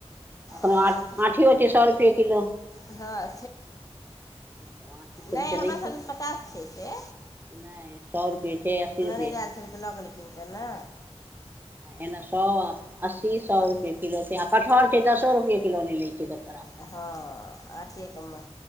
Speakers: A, on the right; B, on the left.
A: अख़न
B: हँ
A: ऑंठीयो छै सए रुपैय किलो
B: हँ
A: तऽ आँठी खूब
B: नइ
A: चलै
B: हमरा सब
A: छै
B: दिस पचास छै से
A: नहि सए रुपे छै अस्सी रुपे
B: एजाय सँ ल गेलेय कीन के ने
A: एना सौ अस्सी सौ
B: हँ
A: रुपए किलो छै आ कटहर के दसो रुपैए किलो नइ लै छै कटहर आब
B: हँ आँठिेके मा